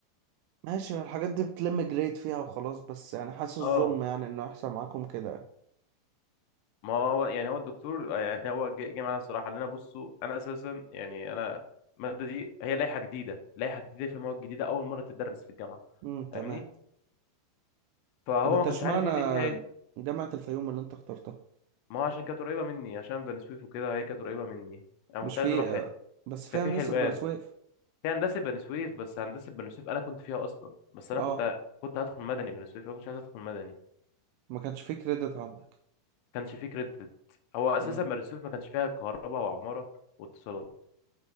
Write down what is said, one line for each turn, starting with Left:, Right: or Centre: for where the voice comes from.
Right: ماشي الحاجات دي بتلم جريد فيها وخلاص بس يعني حاسس ظلم
Left: اه
Right: يعني انه يحصل معاكم كده
Left: ما هو يعني هو الدكتور يعني هو جه جه معانا الصراحه لنا بصوا انا اساسا يعني انا الماده دي هي لائحه جديده لائحه جديده في مواد جديده اول مره تدرس في الجامعه
Right: امم
Left: فاهمني
Right: تمام
Left: فهو
Right: طب انت
Left: ما كانش
Right: اشمعنى
Left: عارف يدي فيها ايه
Right: جامعة الفيوم اللي انت اخترتها
Left: ما هو عشان كانت قريبه مني عشان بني سويف وكده هي كانت قريبه مني انا
Right: مش
Left: كنت
Right: في
Left: عايز اروح
Right: آه،
Left: هنا
Right: بس في
Left: كان
Right: هندسة
Left: في حلوان
Right: بني سويف
Left: في هندسه بني سويف بس هندسه بني سويف انا كنت فيها اصلا بس انا
Right: اه
Left: كنت كنت هدخل مدني بني سويف انا كنتش عايز ادخل مدني ما
Right: ما كانش في كريدت عندك
Left: كانش في كريدت هو
Right: مم.
Left: اساسا بني سويف ما كانش فيها كهرباء وعماره واتصالات